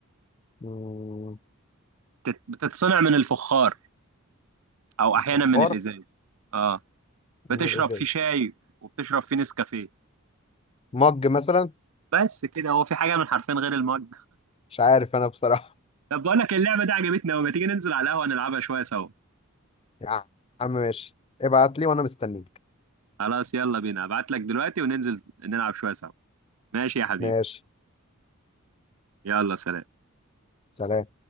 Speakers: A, on the left; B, on the right.
A: مم.
B: بتت- بتتصنع من الفخار او احيانا
A: الفخار
B: من الازاز اه بتشرب
A: من الازاز
B: فيه شاي وبتشرب فيه نسكافيه
A: مج مثلا
B: بس كده هو في حاجه من حرفين غير المج
A: مش عارف انا بصراحة
B: طب بقول لك اللعبه دي عجبتني قوي ما تيجي ننزل على القهوه نلعبها شويه سوا
A: يا عم ماشي ابعت لي وانا مستنيك
B: خلاص يلا بينا ابعت لك دلوقتي وننزل نلعب شويه سوا ماشي يا حبيبي
A: ماشي
B: يلا سلام
A: سلام